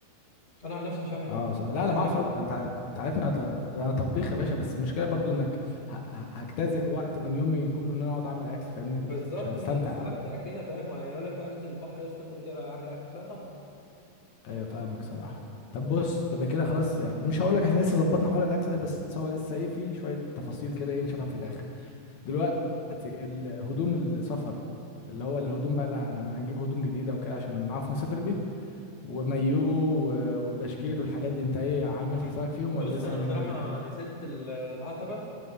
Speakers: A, on the left; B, on the left.
A: انا عن نفسي مش هعمل حاجه
B: اه صح. لا
A: انت هتعمل
B: انا بعرف أط- انت ع- انت عارفني انا ط- أنا طبيخ يا باشا بس المشكله برضو انك ه- ه- هجتزئ وقت من يومي كله ان انا اقعد اعمل اكل فاهمني
A: بالظبط
B: مش هستمتع
A: مش هتستمتع
B: قوي.
A: كده فاهم يعني اقول لك تعالى ننزل البحر يا اسطى تقول لي انا هعمل اكل لا طبعا
B: ايوه فاهمك صراحه طب بص تبقى كده خلاص يعني مش هقول لك احنا لسه ظبطنا حوار الاكل ده بس هو لسه ايه في شويه تفاصيل كده ايه نشوفها في الاخر دلوقتي الهدوم السفر اللي هو الهدوم بقى اللي هن- هنجيب هدوم جديده وكده عشان نعرف نسافر بيه ومايو و- والبشكير والحاجات دي انت ايه عامل حسابك فيهم ولا
A: بص
B: لسه
A: انا
B: هنروح
A: بصراحه
B: نجيب
A: نزلت ال- العتبه